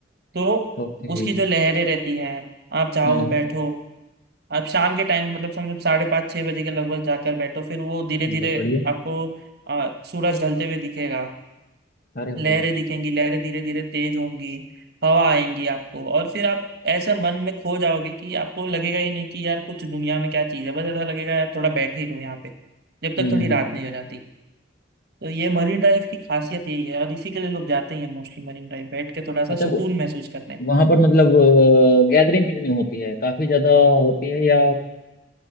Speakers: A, on the right (about 55°); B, on the left (about 50°).
A: तो
B: ओके
A: उसकी जो लहरें रहती हैं आप जाओ
B: हम्म
A: बैठो आप शाम के टाइम मतलब समझो साढ़े पाँच छः बजे के लगभग जाकर बैठो फिर वो धीरे
B: बहुत
A: धीरे
B: बढ़िया
A: आपको आ, सूरज ढलते हुए दिखेगा
B: अरे
A: लहरें
B: वाह
A: दिखेंगी लहरें धीरे धीरे तेज होंगी हवा आएंगी आपको और फिर आप ऐसे मन में खो जाओगे कि आपको लगेगा ही नहीं कि यार कुछ दुनिया में क्या चीज़ है बस ऐसा लगेगा यार थोड़ा बैठे ही रहो यहाँ पे जब तक
B: हम्म
A: थोड़ी रात
B: हम्म।
A: नहीं हो जाती तो ये मरीन ड्राइव की खासियत यही है और इसी के लिए लोग जाते ही हैं मोस्टली मरीन ड्राइव बैठ के थोड़ा सा
B: अच्छा अच्छा
A: सुकून महसूस करने
B: वहां पर मतलब गैदरिंग कितनी होती है काफी ज्यादा होती है या